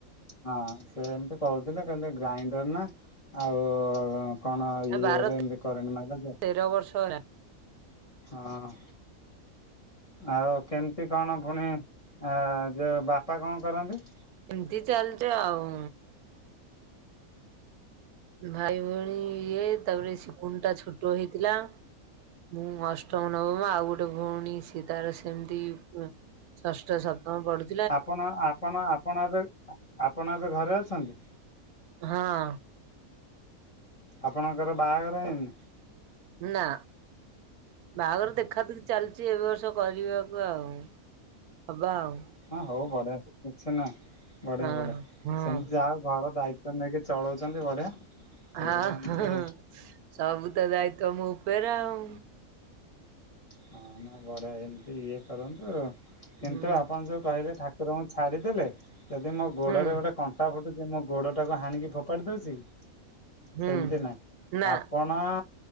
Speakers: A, on the left; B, on the right.
A: ହଁ ସେ ଏମିତି କହୁଥିଲେ। କହିଲେ ଗ୍ରାଇଣ୍ଡର ନା ଆଉ କଣ ଇଏରେ
B: ବାର
A: ଏମିତି କରେଣ୍ଟ ମାଇଲା ଜ
B: ତେର ବର୍ଷ ହେଲାଣି
A: ହଁ। ଆଉ କେମିତି କଣ ଫୁଣି ଆ ଯୋଉ ବାପା କଣ କରନ୍ତି?
B: ଏମିତି ଚାଲିଚ ଆଉ। ଭାଇ ଭଉଣୀ ଇଏ। ତାପରେ ସିକୁନଟା ଛୋଟ ହେଇଥିଲା। ମୁଁ ଅଷ୍ଟମ, ନବମ, ଆଉ ଗୋଟେ ଭଉଣୀ ସିଏ ତାର ସେମିତି ଉଁ ଷଷ୍ଠ, ସପ୍ତମ ପଢୁ
A: ଆପଣ -ଆପଣ -ଆପଣ ଏବେ ଆପଣ ଏବେ ଘରେ ଅଛନ୍ତି?
B: ହଁ।
A: ଆପଣଙ୍କର ବାହାଘର ହେଇନି?
B: ନା। ବାହାଘର ଦେଖା ଦୁଖି ଚାଲିଛି ଏ ବର୍ଷ କରିବାକୁ ଆଉ। ହବା ଆଉ।
A: ହଁ ହଉ ବଢିଆ। କିଛି ନାହିଁ ବଢିଆ-
B: ହଁ
A: ବଢିଆ।
B: ହଁ
A: ସେମତି ଯାହା ହଉ ଘର ଦାୟି ତ୍ବ ନେଇକି ଚଳଉଛନ୍ତି ବଢିଆ। ଏଇଭଳିଆ
B: ହଁ
A: ଏମିତି
B: ହ ସବୁ ତ ଦାୟିତ୍ୱ ମୋ ଉପରେ ଆଉ।
A: ହଁ ନା ବଢିଆ। ଏମିତି ଇଏ କରନ୍ତୁ। କିନ୍ତୁ
B: ହୁଁ
A: ଆପଣ ଯୋଉ କହିଲେ ଠା ଠାକୁରଙ୍କୁ ଛାଡ଼ିଦେଲେ ଯଦି ମୋ ଗୋଡରେ
B: ହୁଁ
A: ଗୋଟେ କଣ କଣ୍ଟା ଫୁଟୁଛି ମୋ ଗୋଡଟାକୁ ହାଣିକି ଫୋପାଡି ଦଉଛି କି?
B: ହୁଁ
A: ସେମତି ନାଇଁ।
B: ନା
A: ଆପଣ ଣ